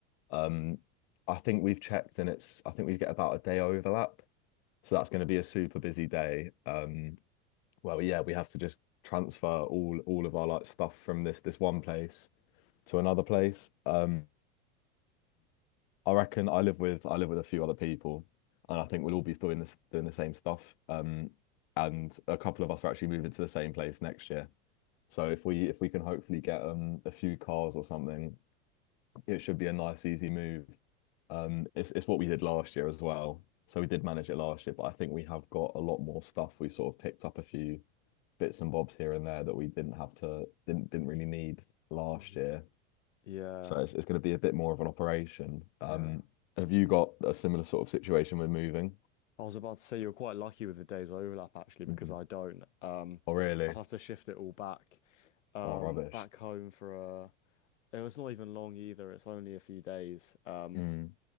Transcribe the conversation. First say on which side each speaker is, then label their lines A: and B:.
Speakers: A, on the left; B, on the left.
A: Um, I think we've checked and it's I think we get about a day overlap. So that's going to be a super busy day. Um, well, yeah, we have to just transfer all all of our like stuff from this this one place to another place. Um, I reckon I live with I live with a few other people, and I think we'll all be doing this doing the same stuff. Um, and a couple of us are actually moving to the same place next year. So if we if we can hopefully get um a few cars or something it should be a nice, easy move. Um, it's it's what we did last year as well. So we did manage it last year, but I think we have got a lot more stuff. We sort of picked up a few bits and bobs here and there that we didn't have to didn't didn't really need last
B: Mhm.
A: year.
B: Yeah.
A: So it's it's going to be a bit more of an operation. Um,
B: Yeah.
A: have you got a similar sort of situation with moving?
B: I was about to say you're quite lucky with the days overlap actually because
A: Mm.
B: I don't. Um,
A: Oh, really?
B: I'd have to shift it all back um,
A: Oh, rubbish.
B: back home for a. It was not even long either. It's only a few days. Um,
A: Mm.